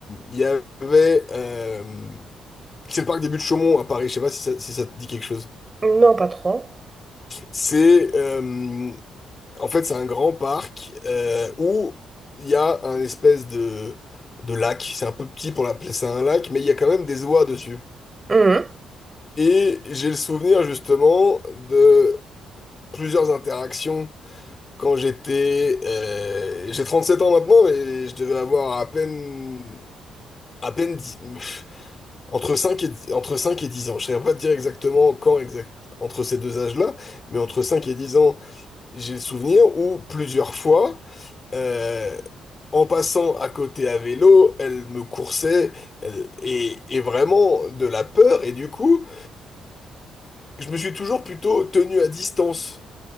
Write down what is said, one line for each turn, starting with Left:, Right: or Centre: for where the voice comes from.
Left: Il y avait. euh, C'est le parc des Buttes-Chaumont à Paris, je sais pas si ça, si ça te dit quelque chose.
Right: Non, pas trop.
Left: C'est. euh, en fait, c'est un grand parc euh, où il y a un espèce de, de lac. C'est un peu petit pour l'appeler ça un lac, mais il y a quand même des oies dessus.
Right: Mhm.
Left: Et j'ai le souvenir justement de plusieurs interactions quand j'étais... euh, j'ai sept ans maintenant, mais je devais avoir à peine... À peine 10. Entre cinq et, dix- entre 5 et 10 ans. Je ne saurais pas te dire exactement quand exact, entre ces deux âges-là, mais entre 5 et 10 ans, j'ai le souvenir où plusieurs fois, euh, en passant à côté à vélo, elle me coursait elle- et, et vraiment de la peur. Et du coup, je me suis toujours plutôt tenu à distance